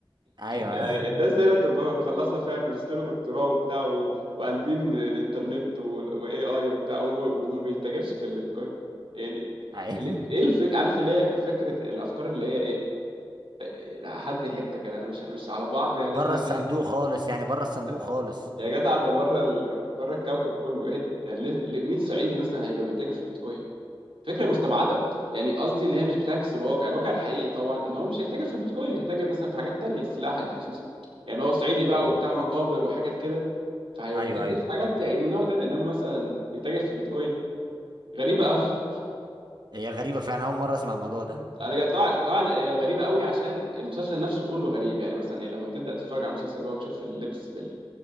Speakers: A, on the right; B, on the right.
A: ايوه
B: يعني
A: ايوه
B: الناس هنا بتبقى مخلصه فاهم ماجستير ودكتوراه وبتاع و... وقالبين الانترنت والاي اي وبتاع وما وما بيتاجرش في البيتكوين يعني
A: ايوه
B: اللي- ايه الفك... عارف اللي هي فكره الافكار اللي هي ايه يعني هدي حته كده انا مش مش على بعض
A: <laughs>
B: يعني لازم
A: بره
B: ادي
A: الصندوق
B: حته
A: خالص يعني بره الصندوق
B: ده.
A: خالص
B: يا جدع ده بره ال... بره الكوكب كله ايه ده يعني ليه... ليه- مين صعيدي مثلا هيبقى بيتاجر في البيتكوين فكره مستبعده يعني قصدي ان هي مش بتعكس الواقع الواقع الحقيقي طبعا ان هو مش هيتاجر في البيتكوين هيتاجر مثلا في حاجات تانية السلاح الحشيش يعني لو هو صعيدي بقى
A: ده
B: وبتاع مقابر وحاجات كده فهيبقى
A: ايوه
B: بيتاجر
A: ايوه
B: في حاجات يعني من النوع ده انما مثلا بيتاجر في البيتكوين غريبه قوي <laughs>
A: هي غريبه فعلا اول مره اسمع الموضوع ده
B: انا جا- طبعا طبعا هي غريبه قوي عشان المسلسل نفسه كله غريب يعني مثلا إيه لما تبدا تتفرج على المسلسل بقى وتشوف اللبس بال...